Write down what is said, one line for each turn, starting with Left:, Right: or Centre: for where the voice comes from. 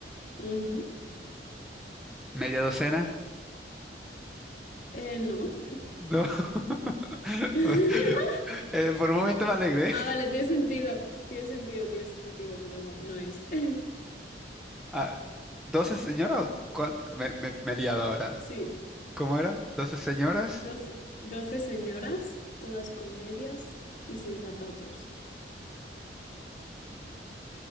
Left: ujú.
Centre: ¿Media docena?
Left: Eh, no.
Centre: No. <laughs>
Left: <laughs>
Centre: Eh, por un momento me alegré.
Left: Ah, vale, tiene sentido, tiene sentido, tiene sentido, pero no, no es. <laughs>
Centre: Ah, ¿doce señoras? o cuán- Me, me, me he liado ahora.
Left: Sí.
Centre: ¿Cómo era? ¿Doce señoras?
Left: Doce, doce señoras, todas con medias y sin zapatos.